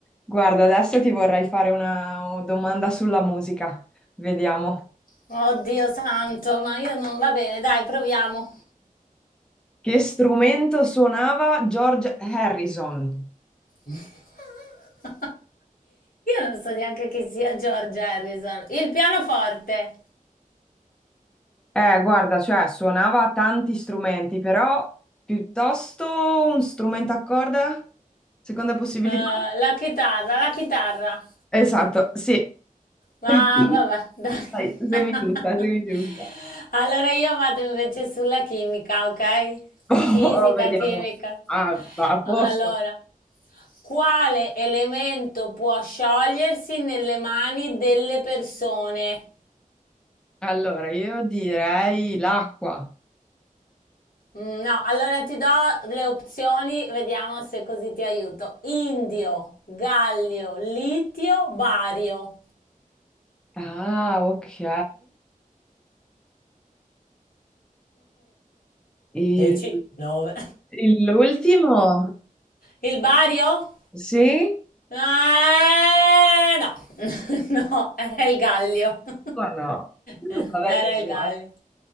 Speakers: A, in the centre; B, on the left.
A: Guarda, adesso ti vorrei fare una domanda sulla musica. Vediamo.
B: Oddio santo, ma io non... Va bene, dai, proviamo.
A: Che strumento suonava George Harrison?
B: <laughs> Io non so neanche chi sia George Harrison. Il pianoforte,
A: Eh, guarda, cioè suonava tanti strumenti, però piuttosto un strumento a corda? Seconda possibilità?
B: eh, la chitarra, la chitarra.
A: Esatto, sì.
B: Ma
A: <laughs>
B: vabbè, dai.
A: Dai, semi
B: <laughs>
A: giusta, semi giusta.
B: Allora io vado invece sulla chimica, ok?
A: Oh,
B: Fisica,
A: vediamo.
B: chimica.
A: Ah, va a posto.
B: Allora, quale elemento può sciogliersi nelle mani delle persone?
A: Allora, io direi l'acqua.
B: Mm, No, allora ti do le opzioni, vediamo se così ti aiuto. Indio, gallio, litio, bario.
A: Ah, ok. E
B: 10, 9.
A: il- l'ultimo?
B: <laughs> Il bario?
A: Sì?
B: Eh, no, <laughs> no, era il gallio. <laughs>
A: O no? Vabbè,
B: Era
A: te lo
B: il gallio.
A: guardo.